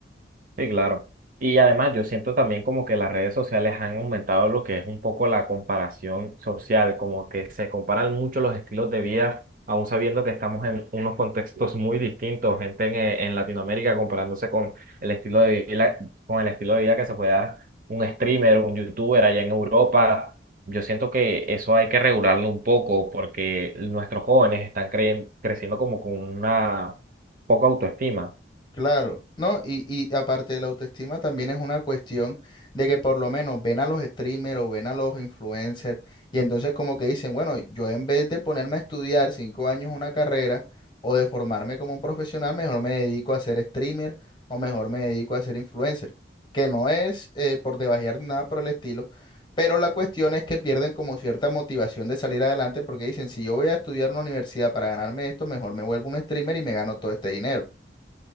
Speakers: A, on the right (about 45°); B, on the left (about 25°).
A: Sí, claro. Y además yo siento también como que las redes sociales han aumentado lo que es un poco la comparación social, como que se comparan mucho los estilos de vida, aún sabiendo que estamos en unos contextos muy distintos, gente en, eh, en Latinoamérica comparándose con el estilo de vida, con el estilo de vida que se puede dar un streamer, un youtuber allá en Europa. Yo siento que eso hay que regularlo un poco porque nuestros jóvenes están creyen- creciendo como con una poca autoestima.
B: Claro, ¿no? Y, y aparte de la autoestima también es una cuestión de que por lo menos ven a los streamers o ven a los influencers y entonces como que dicen, bueno, yo en vez de ponerme a estudiar cinco años una carrera o de formarme como un profesional, mejor me dedico a ser streamer o mejor me dedico a ser influencer, que no es eh, por debajear ni nada por el estilo, pero la cuestión es que pierden como cierta motivación de salir adelante porque dicen, si yo voy a estudiar en una universidad para ganarme esto, mejor me vuelvo un streamer y me gano todo este dinero.